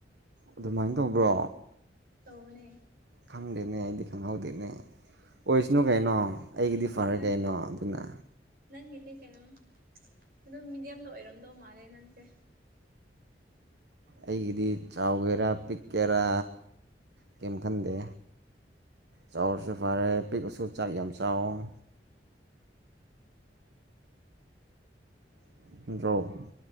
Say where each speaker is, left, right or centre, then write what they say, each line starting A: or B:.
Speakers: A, on the right; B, on the right.
A: ꯑꯗꯨꯃꯥꯏ ꯇꯧꯕ꯭ꯔꯣ
B: ꯇꯧꯕꯅꯦ
A: ꯈꯪꯗꯦꯅ ꯑꯩꯗꯤ ꯈꯪꯍꯧꯗꯦꯅꯦ ꯑꯣꯏꯁꯅꯨ
B: ꯅꯪ
A: ꯀꯩꯅꯣ ꯑꯩꯒꯤꯗꯤ ꯐꯔꯦ
B: ꯅꯪ
A: ꯀꯩꯅꯣ ꯑꯗꯨꯅ
B: ꯅꯪꯒꯤꯗꯤ ꯀꯩꯅꯣꯝ ꯑꯗꯨꯝ ꯃꯤꯗꯤꯌꯝꯗ ꯑꯣꯏꯔꯝꯗꯧ ꯃꯥꯜꯂꯦ ꯅꯪꯁꯦ
A: ꯑꯩꯒꯤꯗꯤ ꯆꯥꯎꯒꯦꯔꯥ ꯄꯤꯛ ꯀꯦꯔꯥ ꯀꯦꯝ ꯈꯟꯗꯦ ꯆꯥꯎꯔꯁꯨ ꯐꯔꯦ ꯄꯤꯛꯑꯁꯨ ꯆꯥꯛ ꯌꯥꯝ ꯆꯥꯋꫭ <unintelligible>